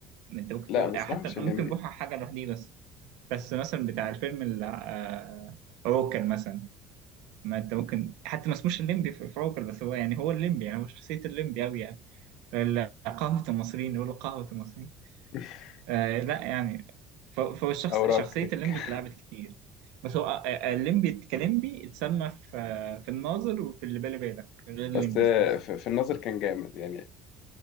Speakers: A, on the right (about 80°); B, on the left (about 60°).
A: ما انت ممكن
B: لا
A: تقول
B: بس
A: حتى
B: بقى مش
A: ممكن
B: الليمبي
A: بوحة حاجة لوحديه بس بس مثلا بتاع الفيلم ال- آه، عوكل مثلا ما انت ممكن حتى ما اسموش الليمبي في في عوكل بس هو يعني هو الليمبي يعني هو شخصية الليمبي أوي يعني ال- قهوة المصريين يقولوا قهوة المصريين
B: <laughs>
A: آه لا يعني ف- فهو الشخص
B: اوراقك
A: شخصية الليمبي اتلعبت كتير بس هو آه، آه، الليمبي كليمبي اتسمى في آه، في الناظر وفي اللي بالي بالك
B: <laughs>
A: غير
B: بس
A: الليمبي نفسه
B: في في النظر كان جامد يعني